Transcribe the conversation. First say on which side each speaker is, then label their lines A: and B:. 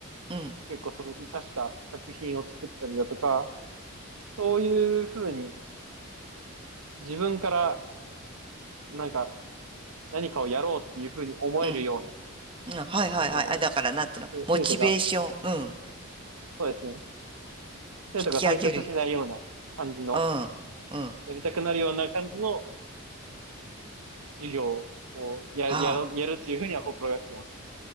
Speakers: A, on the right; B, on the right.
A: うん、
B: 結構その生かした作品を作ったりだとか、そういうふうに自分からなんか何かをやろうっていうふうに思えるような、
A: うん、うんはいはいはい。
B: この生徒が、
A: あ、だからなんていうの、モチベーション、うん、
B: そうですね、生徒が退屈しないような感じの、
A: 引き上げる。うん、うん。
B: やりたくなるような感じの授業をや、
A: はあ、
B: やろ、やるっていうふうには心がけてます。